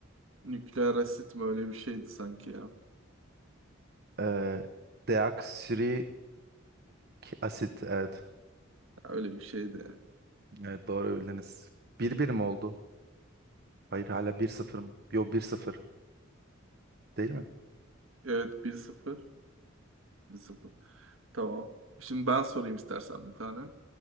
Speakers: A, on the right; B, on the right.
A: nükleer asit mi? Öyle bir şeydi sanki ya.
B: Ee, deoksiribonukleik asit. Evet.
A: Öyle bir şeydi.
B: Evet doğru bildiniz. Bir bir mi oldu? Hayır hala bir sıfır mı? Yok bir sıfır, değil mi?
A: Evet bir sıfır bir sıfır Tamam. Şimdi ben sorayım istersen bir tane.